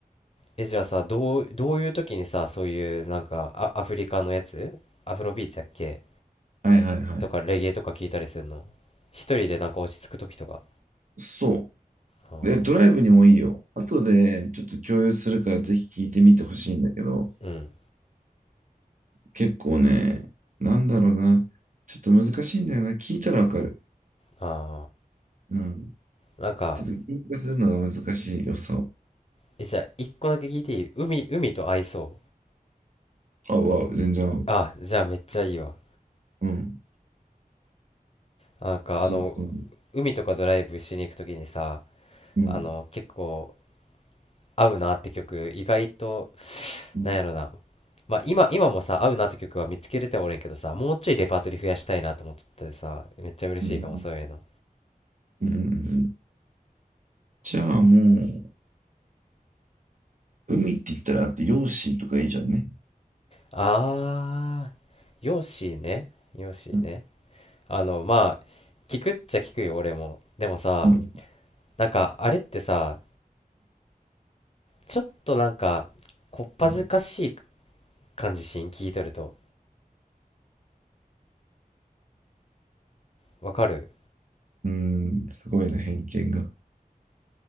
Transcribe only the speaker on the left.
え、じゃあさ、どう、どういう時にさ、そういう、なんか、あ、アフリカのやつアフロビーツやっけ
とかレゲエとか聞いたりするの一人でなんか落ち着く時とか
あー
うん
あ
ーなんか
えじゃあ一個だけ聞いていい海海と合いそう
あじゃあめっちゃいいわ
なんかあの
海とかドライブしに行く時にさ
あの結構合うなって曲意外と
なんやろなまあ今今もさ合うなって曲は見つけれてはおれんけどさもうちょいレパートリー増やしたいなと思っとったでさめっちゃ嬉しいかもそういうの
ああヨッシーねヨッシーね
あのまあ聞くっちゃ聞くよ俺もでもさ
なんかあれってさちょっとなんかこっぱずかしい
感じしん聞いとるとわかる